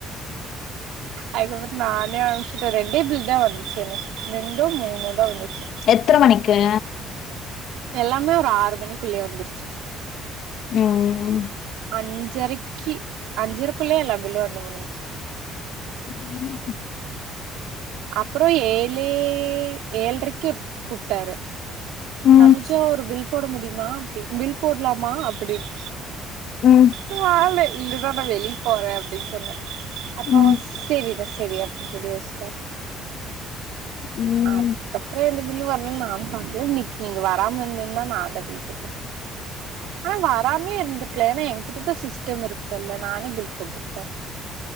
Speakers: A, on the right; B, on the left.
A: அதுக்கப்பறமேட் நானே ஆரம்பிச்சுட்ட ரெண்டே பில் தா வந்துச்சு எனக்கு ரெண்டோ மூணோ தா வந்துச்சு
B: எத்தன மணிக்கு
A: எல்லாமே ஒரு ஆறு மணிக்குள்ளயே வந்துருச்சு
B: ம்
A: அஞ்சரைக்கி அஞ்சரைக்குள்ளே எல்லா பில்லும் வந்து முடிஞச்சு
B: உம்
A: அப்றோ ஏழே ஏழ்ரைக்கு ஒரு கூப்ட்டாரு
B: ம்
A: தன்சோ ஒரு பில் போட முடிமா அப்டி பில் போட்லாமா அப்டின்னு
B: ம்
A: ஓ ஆள் இல்லதா நா வெளிய போறேன் அப்டினு சொன்னேன் அப்போ
B: ம்
A: சேரிதா சேரி அப்டின் சொல்லிஷ்டம்
B: ம்
A: அதுக்கப்றோ எந்த பில் வர்லான் நானு பாக்ல இன்னைக் நீங்க வராம இருந்துந்தா நா அந்த பில் போட்ருப்ப ஆ வராமே இருந்திருக்லா ஏன்னா என்கிட்டதா சிஸ்டம் இருக்குல்ல நானே பில் போட்ட த்த